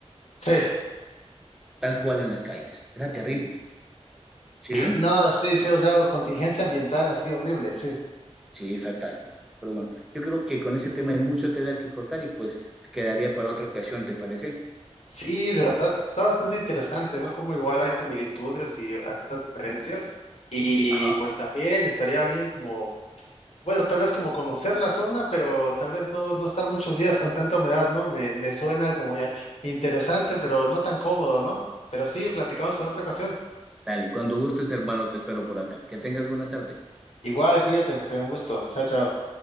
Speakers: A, on the left; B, in the centre.
A: sí,
B: tal cual en las calles. Era terrible. Sí,
A: no, sí, sí, o sea, contingencia ambiental así horrible, sí.
B: sí, fatal. Pero bueno, yo creo que con ese tema hay mucho tela que cortar y pues quedaría para otra ocasión, ¿te parece?
A: Sí, de verdad, está bastante interesante, ¿no? Como igual hay similitudes y algunas diferencias. Y
B: Ajá.
A: pues también estaría bien como, bueno, tal vez como conocer la zona, pero tal vez no, no estar muchos días con tanta humedad, ¿no? Me, me suena como ya interesante, pero no tan cómodo, ¿no? Pero sí, platicamos en otra ocasión.
B: Dale, cuando gustes, hermano, te espero por acá. Que tengas buena tarde.
A: Igual, cuídate, José, un gusto. Chao, chao.